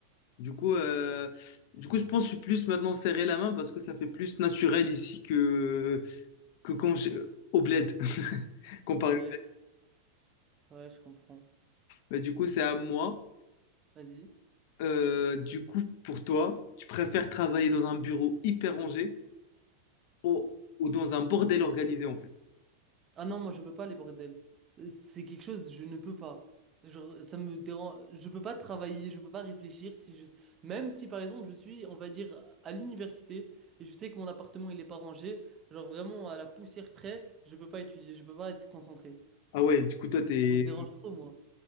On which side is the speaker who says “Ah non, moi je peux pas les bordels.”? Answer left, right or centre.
Right